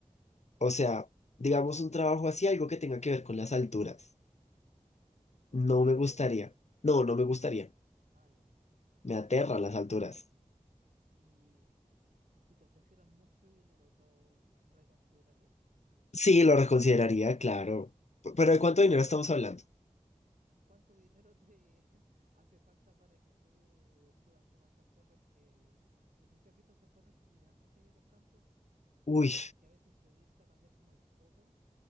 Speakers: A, on the left; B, on the right.
A: O sea, digamos un trabajo así, algo que tenga que ver con las alturas.
B: ¿Te gusta
A: No
B: la
A: me
B: altura?
A: gustaría. No, no me gustaría.
B: Ah, ya. Y
A: Me aterran
B: si,
A: las alturas.
B: y si te ofrecieran mucho dinero, ¿lo reconsiderarías?
A: Sí, lo reconsideraría, claro. P- Pero ¿de cuánto dinero estamos hablando?
B: ¿Cuánto dinero te <laughs> hace falta para que tú eh, subas como estas torres que... No sé si has visto estas torres gigantes que hay en los campos,
A: Uy,
B: que tienen que a veces subirse a cambiar como el foco